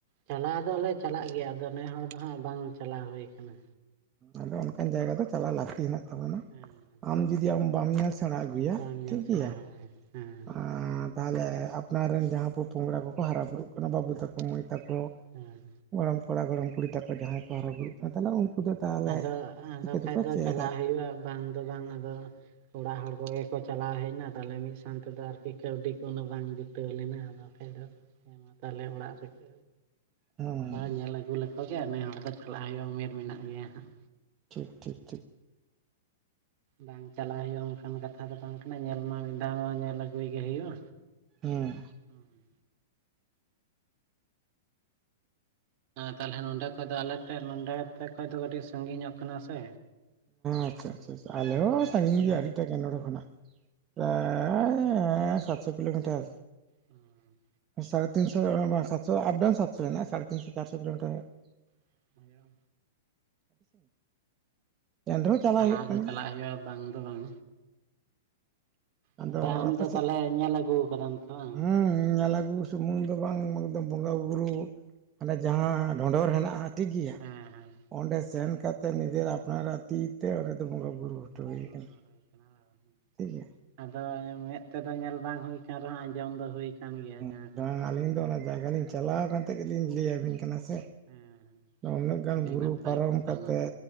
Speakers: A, on the right; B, on the right.
A: ᱪᱟᱞᱟᱣ ᱫᱚᱞᱮ ᱪᱟᱞᱟᱜ ᱜᱮᱭᱟ ᱟᱫᱚ ᱱᱮ ᱦᱚᱲ ᱫᱚ ᱦᱟᱸᱜ ᱵᱟᱝ ᱪᱟᱞᱟᱣ ᱦᱩᱭ ᱠᱟᱱᱟ᱾
B: ᱟᱫᱚ ᱚᱱᱠᱟᱱ ᱡᱟᱭᱜᱟ ᱫᱚ ᱪᱟᱞᱟᱜ ᱞᱟᱹᱠᱛᱤ ᱦᱮᱱᱟᱜ ᱛᱟᱵᱚᱱᱟ
A: ᱦᱮᱸ
B: ᱟᱢ ᱡᱩᱫᱤ ᱟᱢ ᱵᱟᱢ ᱧᱮᱞ ᱥᱮᱬᱟ ᱟᱹᱜᱩᱭᱟ
A: ᱵᱟᱢ ᱧᱮᱞ
B: ᱴᱷᱤᱠ
A: ᱥᱮᱬᱟ
B: ᱜᱮᱭᱟ
A: ᱦᱳᱭ ᱦᱮᱸ
B: ᱟᱨ ᱛᱟᱦᱚᱞᱮ ᱟᱯᱱᱟᱨ ᱨᱮᱱ ᱡᱟᱦᱟᱸ ᱯᱷᱩ ᱯᱷᱚᱝᱲᱟ ᱠᱚᱠᱚ ᱦᱟᱨᱟ ᱵᱩᱨᱩᱜ ᱠᱟᱱᱟ ᱵᱟᱹᱵᱩ
A: ᱦᱮᱸ
B: ᱛᱟᱠᱚ ᱢᱟᱹᱭ ᱛᱟᱠᱚ
A: ᱦᱮᱸ
B: ᱜᱚᱲᱚᱢ ᱠᱚᱲᱟ ᱜᱚᱲᱚᱢ ᱠᱩᱲᱤ ᱛᱟᱠᱚ ᱡᱟᱦᱟᱸᱭ ᱠᱚ ᱦᱟᱨᱟ ᱵᱩᱨᱩᱜ
A: ᱦᱮᱸ
B: ᱠᱟᱱ ᱛᱟᱦᱚᱞᱮ ᱩᱱᱠᱩ ᱫᱚ ᱛᱟᱦᱚᱞᱮ
A: ᱟᱫᱚ ᱟᱫᱚ
B: ᱪᱤᱠᱟᱹ ᱛᱮᱠᱚ
A: ᱠᱷᱟᱡ ᱫᱚ
B: ᱪᱮᱫᱟ
A: ᱪᱟᱞᱟᱜ ᱦᱩᱭᱩᱜ-ᱟ ᱵᱟᱝ ᱫᱚ ᱵᱟᱝ ᱟᱫᱚ ᱚᱲᱟᱜ ᱦᱚᱲ ᱠᱚᱜᱮ ᱠᱚ ᱪᱟᱞᱟᱣ ᱦᱮᱡ ᱮᱱᱟ ᱛᱟᱦᱚᱞᱮ ᱢᱤᱫ ᱢᱤᱫᱥᱟᱶ ᱛᱮᱫᱚ ᱟᱨᱠᱤ ᱠᱟᱹᱣᱰᱤ ᱠᱚ ᱩᱱᱟ ᱵᱟᱝ ᱡᱩᱴᱟᱹᱣ ᱞᱮᱱᱟ ᱟᱫᱚ ᱵᱟᱠᱷᱟᱡ ᱫᱚ ᱦᱮᱸ ᱢᱟ ᱛᱟᱦᱚᱞᱮ ᱚᱲᱟᱜ ᱨᱮᱠᱚ
B: ᱦᱮᱸ
A: ᱦᱚᱸ ᱧᱮᱞ ᱟᱹᱜᱩ ᱞᱮᱠᱚ ᱜᱮ ᱱᱮ ᱦᱚᱲ ᱫᱚ ᱪᱟᱞᱟᱜ ᱦᱩᱭᱩᱜ-ᱟ ᱩᱢᱮᱨ ᱢᱮᱱᱟᱜ ᱜᱮᱭᱟ ᱦᱟᱸᱜ᱾
B: ᱴᱷᱤᱠ ᱴᱷᱤᱠ ᱴᱷᱤᱠ
A: ᱵᱟᱝ ᱪᱟᱞᱟᱜ ᱦᱩᱭᱩᱜ-ᱟ ᱚᱱᱠᱟᱱ ᱠᱟᱛᱷᱟ ᱫᱚ ᱵᱟᱝ ᱠᱟᱱᱟ ᱧᱮᱞ ᱢᱟ ᱢᱤᱫ ᱫᱷᱟᱣ ᱢᱟ ᱧᱮᱞ ᱟᱹᱜᱩᱭ ᱜᱮ ᱦᱩᱭᱩᱜ-ᱟ᱾
B: ᱦᱮᱸ
A: ᱦᱩᱸ ᱛᱟᱦᱞᱮ ᱱᱚᱰᱮ ᱠᱷᱚᱡ ᱫᱚ ᱟᱞᱮᱴᱷᱮᱫ ᱱᱚᱰᱮ ᱛᱮ ᱠᱷᱚᱡ ᱫᱚ ᱠᱟᱹᱴᱤᱡ ᱥᱟᱺᱜᱤᱧᱚᱜ ᱠᱟᱱᱟ ᱥᱮ᱾
B: ᱟᱪᱪᱷᱟ ᱟᱪᱪᱷᱟ ᱟᱞᱮ
A: ᱰᱷᱮᱨ
B: ᱦᱚᱸ
A: ᱧᱚᱜ
B: ᱥᱟᱺᱜᱤᱧ ᱜᱮᱭᱟ
A: ᱟᱨᱠᱤ
B: ᱟᱹᱰᱤᱴᱟᱜ ᱜᱮ ᱱᱚᱰᱮ ᱠᱷᱚᱱᱟᱜ ᱦᱮᱸ ᱥᱟᱛᱥᱚ ᱠᱤᱞᱳᱢᱤᱴᱟᱨ
A: ᱦᱩᱸ
B: ᱥᱟᱲᱮ ᱛᱤᱱ ᱥᱚ ᱫᱚ ᱥᱟᱛ ᱥᱚ ᱫᱚ ᱟᱯᱰᱟᱩᱱ ᱥᱟᱛ ᱥᱚ ᱢᱮᱱᱟᱜ-ᱟ ᱥᱟᱲᱮ ᱛᱤᱱ ᱥᱚ ᱪᱟᱨ ᱥᱚ ᱠᱤᱞᱳᱢᱤᱴᱟᱨ ᱦᱩᱭᱩᱜ-ᱟ᱾
A: <unintelligible> ᱦᱮᱸ
B: ᱮᱱ ᱨᱮᱦᱚᱸ
A: ᱪᱟᱞᱟᱣ
B: ᱦᱩᱭᱩᱜ
A: ᱫᱚ
B: ᱠᱟᱱᱟ
A: ᱪᱟᱞᱟᱜ ᱦᱩᱭᱩᱜ-ᱟ ᱵᱟᱝ ᱫᱚ ᱵᱟᱝ
B: ᱟᱫᱚ
A: ᱛᱟᱦᱚᱞᱮ ᱟᱢ
B: ᱟᱯᱮ
A: ᱫᱚ ᱛᱟᱦᱚᱞᱮ
B: ᱥᱮᱫ
A: ᱧᱮᱞ ᱟᱹᱜᱩ ᱠᱟᱫᱟᱢ ᱛᱚ ᱵᱟᱝ?
B: ᱦᱮᱸ ᱧᱮᱞ ᱟᱹᱜᱩ ᱥᱩᱢᱩᱝ ᱫᱚ ᱵᱟᱝ ᱚᱢ ᱫᱚᱸ ᱵᱚᱸᱜᱟ ᱵᱩᱨᱩ ᱢᱟᱱᱮ ᱡᱟᱦᱟᱸ ᱰᱷᱚᱸᱰᱚᱨ ᱦᱮᱱᱟᱜ-ᱟ ᱴᱷᱤᱠ ᱜᱮᱭᱟ
A: ᱦᱮᱸ ᱦᱮᱸ
B: ᱚᱸᱰᱮ ᱥᱮᱱ ᱠᱟᱛᱮ ᱱᱤᱡᱮᱨ ᱟᱯᱱᱟᱨᱟᱜ ᱛᱤᱛᱮ ᱚᱱᱰᱮ ᱫᱚ ᱵᱚᱸᱜᱟ ᱵᱩᱨᱩ ᱦᱚᱴᱚ
A: <unintelligible> ᱦᱩᱭ
B: ᱠᱟᱱᱟ
A: ᱠᱟᱱᱟ᱾ ᱵᱟᱝ?
B: ᱴᱷᱤᱠ ᱜᱮᱭᱟ᱾
A: ᱟᱫᱚ ᱢᱮᱫ ᱛᱮᱫᱚ ᱧᱮᱞ ᱵᱟᱝ ᱦᱩᱭ ᱟᱠᱟᱱ ᱨᱮᱦᱚᱸ ᱟᱸᱡᱚᱢ ᱫᱚ ᱦᱩᱭ ᱠᱟᱱ ᱜᱮᱭᱟ ᱡᱟᱦᱟᱸ
B: ᱸ
A: ᱠᱚ
B: ᱵᱟᱝ
A: ᱠᱟᱛᱷᱟᱢ
B: ᱟᱹᱞᱤᱧ
A: ᱞᱟᱹᱭ
B: ᱫᱚ ᱚᱱᱟ
A: ᱠᱮᱫᱟ
B: ᱡᱟᱭᱜᱟ
A: ᱦᱮᱸ
B: ᱞᱤᱧ ᱪᱟᱞᱟᱣ ᱠᱟᱱ ᱛᱮᱜᱮ ᱞᱤᱧ ᱞᱟᱹᱭ ᱟᱹᱵᱤᱱ ᱠᱟᱱᱟ ᱥᱮ᱾
A: ᱦᱮᱸ
B: ᱩᱱᱟᱹᱜ ᱜᱟᱱ
A: ᱟᱹᱰᱤ
B: ᱵᱩᱨᱩ
A: ᱱᱟᱯᱟᱭ
B: ᱯᱟᱨᱚᱢ
A: ᱠᱟᱛᱷᱟ
B: ᱠᱟᱛᱮ
A: ᱚᱱᱟ ᱫᱚ